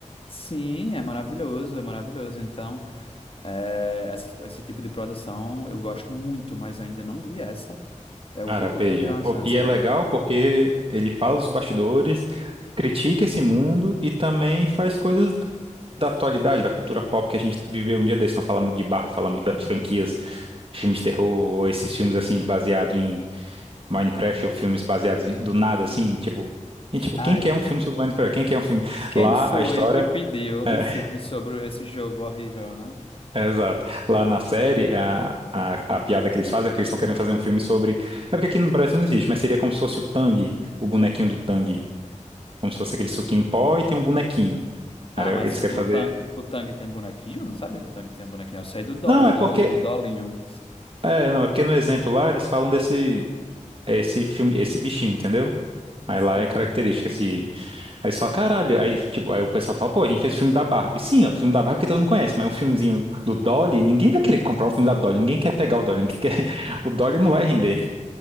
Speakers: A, on the left; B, on the right.
A: Sim, é maravilhoso, é maravilhoso. Então, é, essas- esse tipo de produção eu gosto muito, mas ainda não vi essa. É outra
B: Cara,
A: que
B: veja.
A: eu tenho que dar uma
B: pô,
A: chance
B: E
A: pra
B: é legal
A: ver.
B: porque ele fala dos bastidores, critica esse mundo e também faz coisas da atualidade, da cultura pop que a gente viveu um dia desse. Não fala muito de barra, fala muito das franquias, filmes de terror, ou esses filmes assim, baseados em Minecraft, ou filmes baseados em- do nada, assim, tipo. E, tipo,
A: Ai,
B: quem quer um filme sobre Minecraft? Quem quer um filme?
A: quem
B: Lá,
A: foi
B: a história.
A: que pediu
B: é,
A: um filme sobre esse jogo horrível, né?
B: É, Exato. Lá na série, a, a, a piada que eles fazem é que eles estão querendo fazer um filme sobre. É porque aqui no Brasil não existe, mas seria como se fosse o Tang, o bonequinho do Tang. Como se fosse aquele suquinho em pó e tem um bonequinho.
A: Ah,
B: Cara,
A: mas
B: eles
A: o,
B: querem
A: o,
B: fazer.
A: Tang, o Tang tem bonequinho? Eu Não sabe que o Tang tem bonequinho. Eu sei do Dolly,
B: Não,
A: o
B: é
A: Dolly,
B: porque.
A: o Dolinho.
B: É, não, é porque no exemplo lá eles falam desse. é Esse filme, esse bichinho, entendeu? Aí
A: Sim.
B: lá é característica, esse. Aí você fala, caralho. Aí, tipo, aí o pessoal fala, pô, a gente fez o filme da Barbie. Sim, é o filme da Barbie que todo mundo conhece, mas o filmezinho do Dolly, ninguém vai querer comprar o filme da Dolly, ninguém quer pegar o Dolly, ninguém quer... <laughs> o Dolly não vai render.